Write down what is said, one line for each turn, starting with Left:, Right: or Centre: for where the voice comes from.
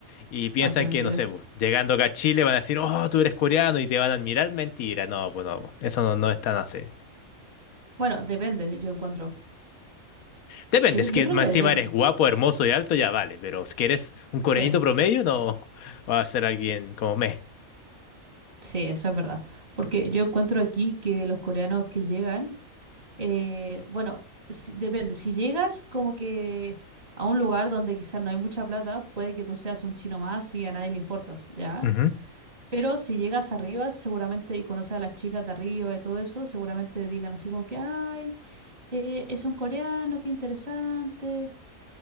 Left: y piensan
Right: Ah, qué mentira.
Left: que, no sé, pues, llegando acá a Chile van a decir, oh, tú eres coreano y te van a admirar. Mentira, no, pues no, pues, eso no, no es tan así.
Right: Bueno, depende, yo encuentro.
Left: Depende,
Right: Yo, cre-
Left: si que
Right: yo creo
Left: más
Right: que depende,
Left: encima eres guapo, hermoso y alto, ya vale, pero si que eres un coreanito
Right: sí, bo.
Left: promedio, no va a ser alguien como me.
Right: sí, eso es verdad. Porque yo encuentro aquí que los coreanos que llegan, eh, bueno, si- depende. Si llegas como que a un lugar donde quizás no hay mucha plata, puede que tú seas un chino más y a nadie le importas, ¿ya?
Left: Ujú.
Right: Pero si llegas arriba, seguramente, y conoces a las chicas de arriba y todo eso, seguramente digan así como que, ay, eh, es un coreano, qué interesante.